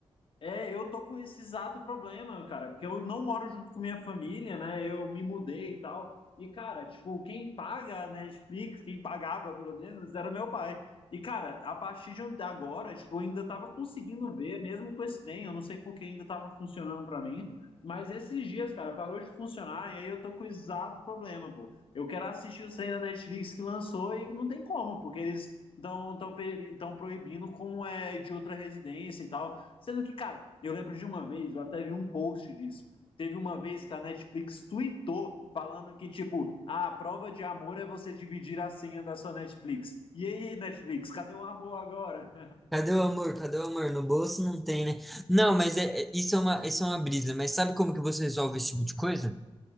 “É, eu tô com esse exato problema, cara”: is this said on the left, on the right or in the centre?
Left